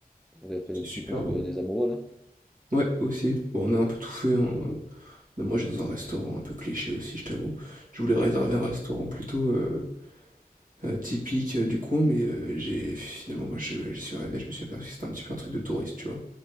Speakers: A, in the centre; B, on the right.
A: Vous avez fait
B: c'était
A: le
B: super
A: petit pont sous,
B: beau.
A: euh, des amoureux, là.
B: Ouais, aussi. Bon, on a un peu tout fait,
A: Mhm.
B: hein, Non, moi, j'étais dans un restaurant un peu cliché aussi, je t'avoue. Je voulais réserver
A: Ok.
B: un restaurant plutôt euh, euh, typique euh, du coin, mais euh, j'ai finalement, quand je- j'y suis arrivé, je me suis aperçu que c'était un petit peu un truc de touriste, tu vois.